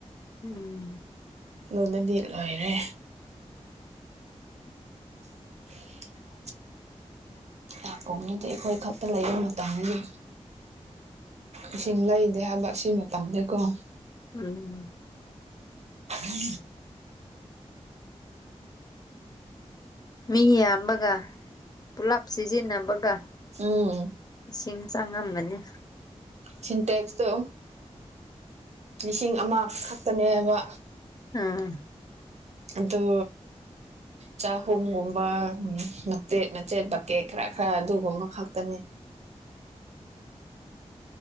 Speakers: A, on the left; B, on the right.
A: ꯎꯝ
B: ꯅꯣꯡꯅꯗꯤ ꯂꯣꯏꯔꯦ <unintelligible> ꯂꯀꯣꯅꯗꯤ ꯑꯩꯈꯣꯏ ꯈꯛꯇ ꯂꯩꯕ ꯃꯇꯝꯗꯗꯤ ꯏꯁꯤꯡ ꯂꯩꯗꯦ ꯍꯥꯏꯕ ꯑꯁꯤ ꯃꯇꯝꯗꯦꯀꯣ ꯎꯝ
A: ꯎꯝ
B: ꯎ
A: ꯃꯤ ꯌꯥꯝꯕꯒ ꯄꯨꯂꯞ ꯁꯤꯖꯤꯟꯅꯕꯒ
B: ꯎꯝ
A: ꯏꯁꯤꯡ ꯆꯪꯉꯝꯕꯅꯦ
B: ꯁꯤꯟꯇꯦꯛꯁꯇꯣ ꯂꯤꯁꯤꯡ ꯑꯃꯈꯛ ꯐꯅꯦꯕ
A: ꯑꯥ
B: ꯑꯗꯣ ꯆꯥꯍꯨꯝꯒꯨꯝꯕ ꯎ ꯃꯆꯦꯠ ꯃꯆꯦꯠ ꯕꯀꯦꯠ ꯈꯔ ꯈꯔ ꯑꯗꯨꯒꯨꯝꯕ ꯈꯛꯇꯅꯤ